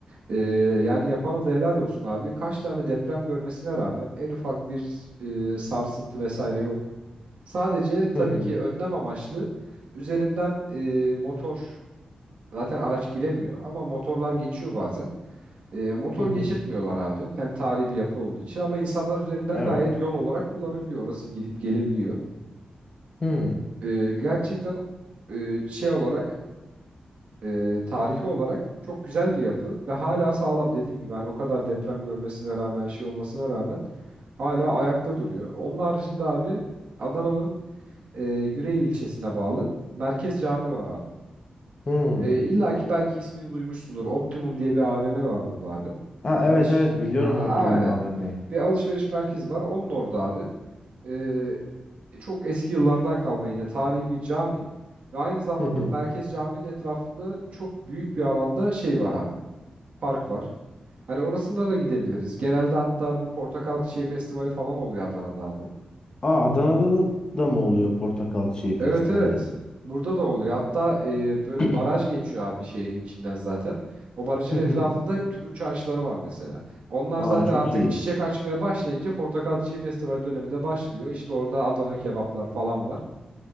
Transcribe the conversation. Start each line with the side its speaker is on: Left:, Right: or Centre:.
Right: E, yani yapana da helal olsun abi. Kaç tane deprem görmesine rağmen en ufak bir e, sarsıntı vesaire yok. Sadece tabii
Left: Hı hı.
Right: ki önlem amaçlı üzerinden e, motor zaten araç giremiyor ama motorlar geçiyor bazen. E, motor
Left: Hı hı.
Right: geçirtmiyorlar abi. Hem tarihi bir yapı olduğu için ama insanlar üzerinden
Left: Evet.
Right: gayet yol olarak kullanabiliyor. Orası gidip gelebiliyor.
Left: Hı
Right: E, gerçekten e, şey olarak e, tarihi olarak çok güzel bir yapı ve hala sağlam. Dediğim gibi hani o kadar deprem görmesine rağmen şey olmasına rağmen hala ayakta duruyor. Onun haricinde abi Adana'nın e, Yüreğir ilçesine bağlı Merkez Cami var abi.
Left: hı.
Right: E, illa ki belki ismini duymuşsundur. Optimum diye bir AVM var burada abi.
Left: Ha evet
Right: Alış.
Left: evet biliyorum
Right: A- Aynen.
Left: Optimum AVM'yi.
Right: Bir alışveriş merkezi var. Onun orada abi. Ee, çok eski yıllardan kalma yine tarihi bir cami ve aynı zamanda
Left: Hı hı.
Right: merkez caminin etrafında çok büyük bir alanda şey var abi. Park var. Hani orasında da gidebiliriz. Genelde hatta bu portakal çiçeği festivali falan oluyor Adana'da abi.
Left: Aa Adana'da da da mı oluyor Portakal Çiçeği Festivali?
Right: Evet evet. Burada da oluyor. Hatta e, böyle
Left: <clears throat>
Right: baraj geçiyor abi şehrin içinden zaten. O barajın
Left: Hı
Right: etrafında
Left: hı.
Right: hep turunç ağaçları var mesela. Onlar
Left: Aa
Right: zaten
Left: çok
Right: artık
Left: iyi.
Right: çiçek açmaya başlayınca Portakal Çiçeği Festivali dönemi de başlıyor. İşte orada Adana kebaplar falan var.